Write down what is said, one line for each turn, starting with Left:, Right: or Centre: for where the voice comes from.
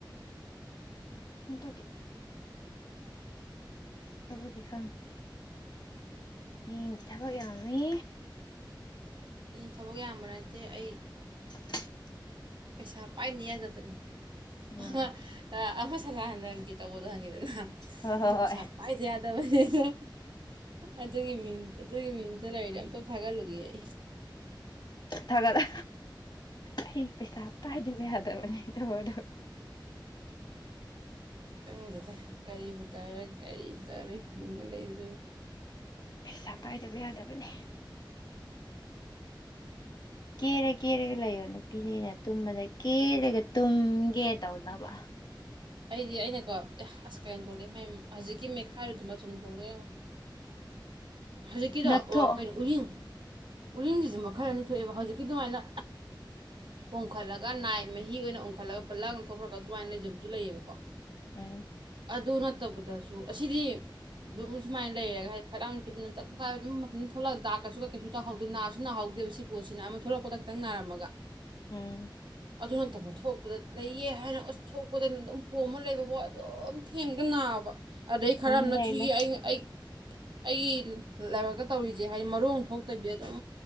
Left: ꯑꯗꯨꯗꯨꯒꯤ ꯆꯕꯨ ꯇꯈꯥ ꯃꯤ ꯊꯕꯛ ꯌꯥꯝꯃꯤ
Right: ꯊꯕꯛ ꯌꯥꯝꯕ ꯅꯠꯇꯦ ꯑꯩ
Left: <unintelligible>
Right: ꯄꯩꯁꯥ ꯄꯥꯏꯅꯤꯖꯕꯅꯤ
Left: ꯎꯝ
Right: ꯑꯃ ꯑꯃ ꯁꯥ ꯂꯥꯛꯍꯟꯗꯒꯤ ꯇꯧꯕꯗꯣ ꯍꯪꯉꯗꯅ
Left: ꯍꯣꯏ ꯍꯣꯏ
Right: ꯑꯩ ꯄꯁꯥꯄꯖ
Left: ꯍꯣꯏ
Right: ꯌꯥꯗꯕꯅꯦ ꯦ ꯑꯗꯨꯒꯤ ꯃꯤꯡ ꯑꯗꯨꯒꯤ ꯃꯤꯡꯗꯨꯗ ꯂꯥꯏꯔꯤꯗ ꯑꯝꯇꯞ ꯊꯥꯒꯠꯂꯨꯒꯦ ꯑꯩ
Left: ꯊꯒꯠꯂ ꯑꯩ ꯄꯩꯁꯥ ꯄꯥꯏꯗꯕ ꯌꯥꯗꯕꯅꯦ ꯊꯕꯣꯗꯣ
Right: ꯪꯗꯗ ꯀꯔꯤꯕꯨ ꯇꯧꯔꯦ ꯀꯔꯤ ꯇꯧꯔꯦ ꯍꯤꯡꯉ ꯂꯩꯗꯅ
Left: ꯄꯩꯁꯥ ꯄꯥꯏꯗꯕ ꯌꯥꯗꯕꯅꯦ ꯀꯦꯔ ꯀꯦꯔꯒ ꯂꯩꯌꯣ ꯅꯨꯄꯤꯅꯤꯅ ꯇꯨꯝꯕꯗ ꯀꯦꯔꯒ ꯇꯨꯝꯒꯦ ꯇꯧꯅꯕ
Right: ꯑꯩꯗꯤ ꯑꯩꯅꯀꯣ ꯑꯦ ꯑꯁ ꯀꯩꯅꯣ ꯊꯣꯛꯂꯛꯑꯦ ꯃ ꯍꯧꯖꯤꯛꯀꯤ ꯃꯦꯠꯈꯥꯏꯔꯗꯨ ꯃꯆꯨꯝ ꯊꯣꯛꯂꯛꯑꯦ ꯌꯦꯡꯉꯣ ꯍꯧꯖꯤꯛꯀꯤꯗꯣ
Left: ꯅꯞꯊꯣꯛꯑꯣ
Right: ꯑꯣ ꯀꯩꯅꯣ ꯎꯔꯤꯡ ꯎꯔꯤꯡꯁꯤꯁꯨ ꯃꯈꯜ ꯑꯅꯤ ꯊꯣꯛꯑꯦꯕ ꯍꯧꯖꯤꯛꯀꯤ ꯑꯗꯨꯃꯥꯏꯅ ꯄꯣꯝꯈꯠꯂꯒ ꯅꯥꯏ ꯃꯍꯤ ꯑꯣꯏꯅ ꯑꯣꯡꯈꯠꯂꯒ ꯄꯜꯂꯥꯡꯅ ꯊꯣꯛꯈ꯭ꯔꯒ ꯑꯗꯨꯃꯥꯏꯅ ꯂꯩꯖꯕ ꯑꯗꯨꯨ ꯂꯩꯌꯦꯕꯀꯣ
Left: ꯎꯝ
Right: ꯑꯗꯨ ꯅꯠꯇꯕꯗꯁꯨ ꯑꯁꯤꯗꯤ ꯑꯗꯨꯝ ꯁꯨꯃꯥꯏꯅ ꯂꯩꯔꯒ ꯍꯥꯏꯗꯤ ꯐꯂꯥꯡ ꯅꯨꯄꯤꯗꯇꯞ ꯀꯥꯏꯕꯝ ꯑꯗꯨꯝ ꯊꯣꯛꯂꯛꯑ ꯗꯥꯛ ꯀꯩꯁꯨ ꯀꯩ ꯀꯩꯁꯨ ꯇꯥꯍꯧꯗꯦ ꯅꯥꯁꯨ ꯅꯥꯍꯧꯗꯦ ꯁꯤ ꯄꯣꯠꯁꯤꯅ ꯑꯃ ꯊꯣꯛꯂꯛꯄꯗ ꯇꯪ ꯅꯥꯔꯝꯃꯒ
Left: ꯎꯝ
Right: ꯑꯗꯨ ꯅꯠꯇꯕ ꯊꯣꯛꯄꯗ ꯂꯩꯌꯦ ꯍꯥꯏꯅ ꯑ ꯊꯣꯛ ꯩꯅ ꯑꯗꯨꯝ ꯄꯣꯝꯃ ꯂꯩꯕꯣ ꯑꯗꯨꯝ ꯊꯦꯡꯒ ꯅꯥꯕ ꯑꯗꯩ ꯈꯔꯅ
Left: ꯎꯝ ꯂꯩ
Right: ꯊꯤꯈꯤ
Left: ꯂꯩ
Right: ꯑꯩ ꯑꯩ ꯑꯩ ꯂꯥꯏꯕꯛꯇ ꯇꯧꯔꯤꯁꯦ ꯍꯥꯏꯗꯤ ꯃꯔꯣꯡ ꯍꯧꯇꯕꯤꯗ ꯑꯗꯨꯝ